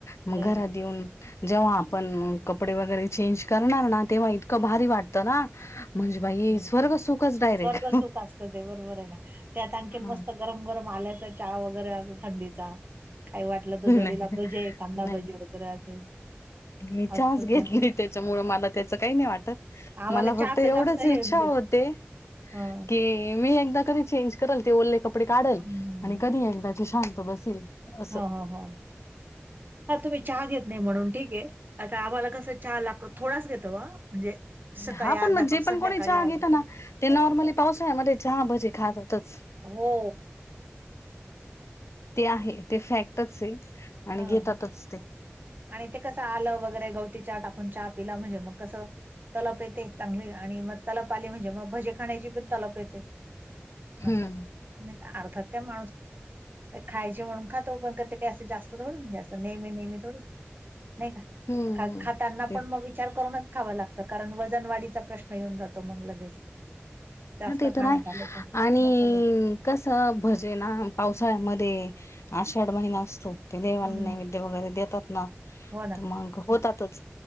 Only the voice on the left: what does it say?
मग
घरात येऊन जेव्हा आपण कपडे वगैरे चेंज करणार ना तेव्हा इतकं भारी वाटत ना. म्हणजे बाई
स्वर्ग सुखच डायरेक्ट
हा
नाही
नाही
मी
चहाच घेतले
त्याच्यामुळे मला त्याच काही नाही वाटत.
मला फक्त
एवढं
इच्छा
होते
की मी एकदा कधी चेंज करल ते ओले कप कपडे काढल
आणि कधी एकदा ची शांत बसेल. असं
हा पण
मग
जे पण
कोणी चहा
घेेतो
ना ते नॉर्मली पावसाळ्यामध्ये चहा बजे खातातच.
ते आहे
ते फॅक्टच आहे आणि
घेतातच ते.
हम्म
हम्म
ते
हा ते तर
आहे,
आणि
कसं भजेना पावसाळ्यामध्ये आषाढ महिना असतो. ते देवाला
नैवेद्य वगैरे देतात ना
तर मग होतातच.